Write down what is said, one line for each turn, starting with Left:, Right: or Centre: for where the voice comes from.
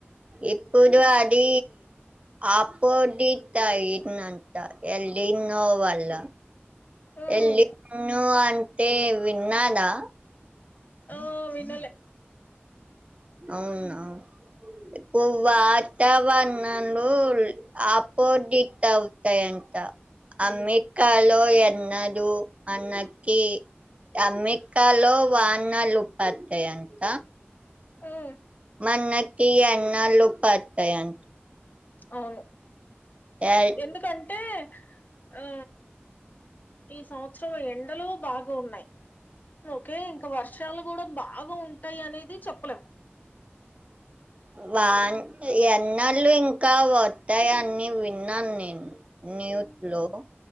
Right: ఎప్పుదూ అదీ ఆపోదిత్ అయిందంత ఎల్ నినో వల్ల
Left: ఆహా
Right: ఎల్ నో అంతే విన్నదా
Left: ఓ వినలే
Right: అవునా ఇప్పు వాతావ్ణాలూ ఆపోదిత్ అవుతే అంత అమ్మే కాలో ఎన్నదు అన్నకి అమ్మేకాలో వానాలు పాత్తయంత
Left: హు
Right: మనకి ఎన్నాలు పత్తే అని
Left: అవును
Right: ఎల్
Left: ఎందుకంటే ఓ ఈ సంవత్సరం ఎండలు బాగు ఉన్నాయి ఓకే ఇంకా వర్షాలు కూడా బాగా ఉంటాయి అనేది చెప్పలేం
Right: వాన్ ఎన్నళ్ళు ఇంకా వత్తాయి అన్ని విన్నాను నేను న్యూత్ లో